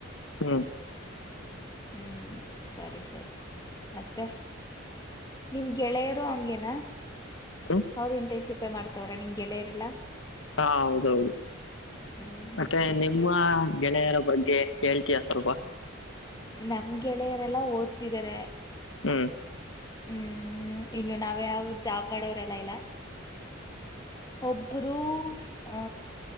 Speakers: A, on the left; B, on the left.
A: ಹ್ಮ್
B: ಹ್ಮ್ ಸರಿ ಸರಿ ಮತ್ತೆ ನಿಮ್ ಗೆಳೆಯರು ಹಂಗೇನಾ
A: ಹ್ಮ್
B: ಅವ್ರ ಇಂಟೆ ಚಿಪೆ ಮಾಡ್ತವ್ರ ನಿಮ್ಗೆಲ್ಲ ಇರಲ್ಲ
A: ಹಾ ಹೌದೌದು
B: ಹ್ಮ್ ಹ್ಮ್
A: ಮತ್ತೆ ನಿಮ್ಮ ಗೆಳೆಯರ ಬಗ್ಗೆ ಹೇಳ್ತೀಯ ಸ್ವಲ್ಪ
B: ನಮ್ ಗೆಳೆಯರೆಲ್ಲಾ ಓದ್ತಿದಿದ್ದಾರೆ.
A: ಹ್ಮ್
B: ಹ್ಮ್ ಇನ್ನು ನಾವ್ ಯಾವ ಜಾಬ್ ಮಾಡೋರೆಲ್ಲಾ ಇಲ್ಲ ಒಬ್ಬರು ಆಹ